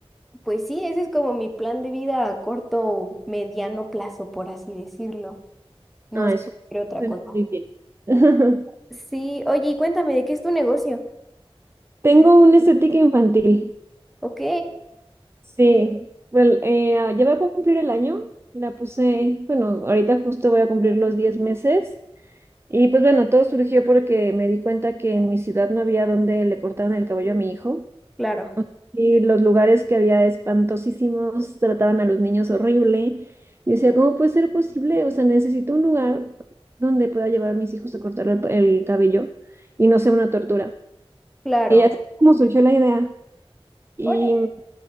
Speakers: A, in the centre; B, on the right (about 25°).
A: pues sí, ese es como mi plan de vida a corto, mediano plazo, por así decirlo. No
B: Ay,
A: sé
B: suena,
A: qué otra
B: suena
A: cosa.
B: muy bien. <laughs>
A: Sí, oye, y cuéntame, ¿de qué es tu negocio?
B: Tengo una estética infantil.
A: Ok,
B: Sí. Well, eh, ah, ya voy a cumplir el año. La puse, bueno, ahorita justo voy a cumplir los 10 meses. Y pues bueno, todo surgió porque me di cuenta que en mi ciudad no había donde le cortaran el cabello a mi hijo.
A: claro,
B: Y los lugares que había espantosísimos, trataban a los niños horrible. Yo decía, ¿cómo puede ser posible? O sea, necesito un lugar donde pueda llevar a mis hijos a cortar el, el cabello y no sea una tortura.
A: claro,
B: Y así es como surgió la idea. Y,
A: órale,